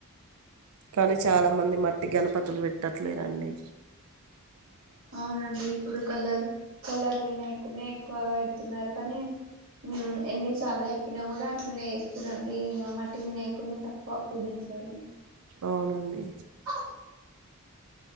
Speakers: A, on the right; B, on the right.
A: కానీ చాలా మంది గణపతులు పెట్టట్లేదాండి
B: అవునండి ఇప్పుడు కలర్ కలర్ వినయకుడ్ని ఎక్కువ పెడుతున్నారు కానీ ఉమ్ ఎన్నిసార్లు చెప్పినా కూడా అట్లనే వేస్తురండి ఇక మట్ ఇ వినాయకుడిని తక్కువ పూజించడం
A: అవునండి
B: ఆ